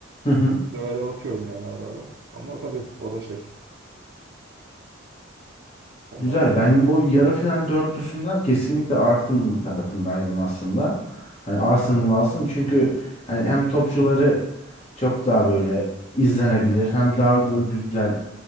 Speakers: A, on the left (about 30°); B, on the right (about 50°).
A: hı.
B: Böyle bakıyorum yani ara ara. Ama tabii o da şey. Onlar
A: Güzel.
B: da
A: Ben o yarı final dörtlüsünden kesinlikle Arsenal tarafındaydım aslında. Hani Arsenal alsın çünkü hani hem topçuları çok daha böyle izlenebilir hem daha böyle güzel